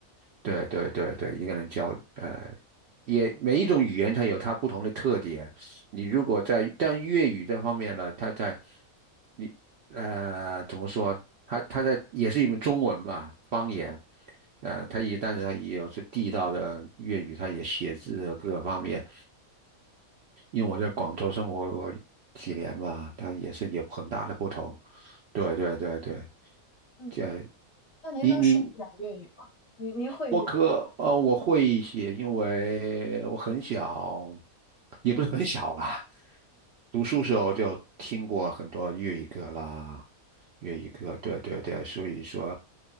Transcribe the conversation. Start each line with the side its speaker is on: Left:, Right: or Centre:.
Right: 对对对对，一个人教，呃，也每一种语言它有它不同的特点。你如果在但粤语这方面呢，它在你呃怎么说？它它在也是一门中文嘛，方言。呃，他也，但是他也有是地道的粤语，他也写字啊各个方面。因为我在广州生活过几年嘛，他也是有很大的不同。对对对对，
Left: 嗯，
Right: 这
Left: 那您能说一点粤语吗？
Right: 你你
Left: 您您会粤语？
Right: 我可呃我会一些，因为我很小，也不是很小啦，
Left: 嗯。
Right: 读书时候就听过很多粤语歌啦，粤语歌，对对对，所以说，